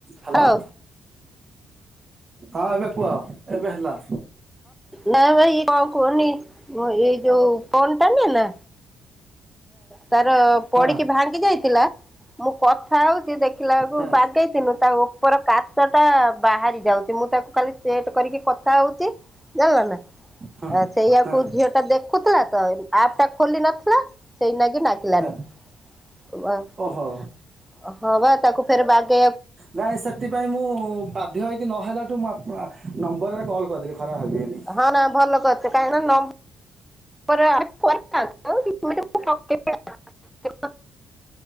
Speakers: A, on the right; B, in the centre.
A: Hello
B: ହଉ
A: ହଁ ଏବେ କୁହ ଏବେ ହେଲା।
B: ନାଇ ବା ଇଏ କଣ କୁହନି ଏଇ ଯୋଉ ଫୋନଟା ନୁହେଁ ନା ତାର ପଡିକି
A: ହଁ
B: ଭାଙ୍ଗି ଯାଇଥିଲା ମୁଁ କଥା ହଉଛି ଦେଖି ଦେଖିଲା ବେଳକୁ
A: ହଁ
B: ବାଗେଇଥିନୁ ତା ଉ ଉପର କାଚଟା ବାହାରି ଯାଉଛି ମୁଁ ତାକୁ ଖାଲି ସେଟ୍ କରିକି କଥା ହଉଛି ଜାଣିଲ ନା
A: ହଁ
B: ଆ ସେଇଆକୁ
A: ହଁ
B: ଝିଅଟା ଦେଖୁଥିଲା ତ ଆପ୍ ଟା ଖୋଲି ନଥିଲା ସେଇନାଗି ଛି ନାଗିଲାନି
A: ହଁ ଓହୋ
B: ହଁ ବା ତାକୁ ଫେରେ ବାଗେଇବା
A: ନାଇଁ ସେଥିପାଇଁ ମୁଁ ବାଧ୍ୟ ହେଇକି ନହେଲାଠୁ ମୁଁ ଆପନ୍ ଆ ନମ୍ବରରେ କଲ୍ କରିଦେଲି। ଖରାପ ଭାବିବେନି।
B: ହଁ ନା ଭଲ କରିଛ କାହିଁକି ନା ନମ୍ <unintelligible>